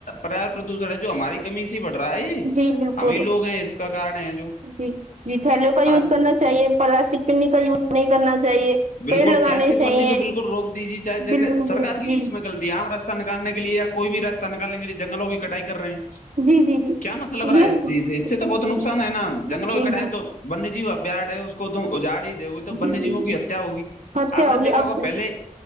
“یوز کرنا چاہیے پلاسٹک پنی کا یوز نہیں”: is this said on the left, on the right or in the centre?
Right